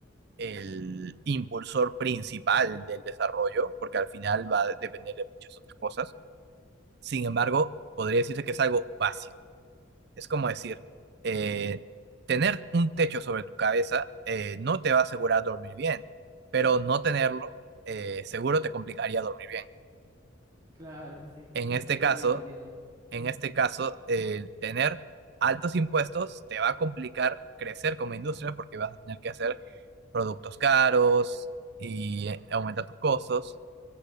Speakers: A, on the right; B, on the right.
A: el impulsor principal del desarrollo, porque al final va a depender de muchas otras cosas. Sin embargo, podría decirse que es algo básico. Es como decir, eh, tener un techo sobre tu cabeza eh, no te va a asegurar dormir bien, pero no tenerlo eh, seguro te complicaría dormir bien.
B: Claro, sí,
A: En
B: ahí,
A: este
B: ahí
A: caso,
B: voy entendiendo.
A: en este caso, el tener altos impuestos te va a complicar crecer como industria porque vas a tener que hacer productos caros y eh, aumentar tus costos.